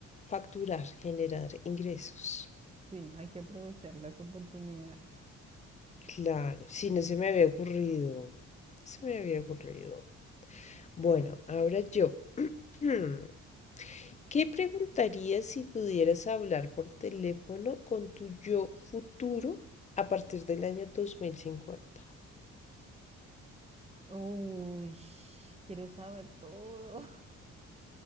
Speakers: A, on the left; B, on the right.
A: facturar, generar ingresos.
B: Sí, hay que aprovechar las oportunidades.
A: Claro, sí, no se me había ocurrido. Se me había ocurrido. Bueno, ahora yo. <clears throat> ¿Qué preguntarías si pudieras hablar por teléfono con tu yo futuro a partir del año 2050?
B: Uy, quiero saber todo.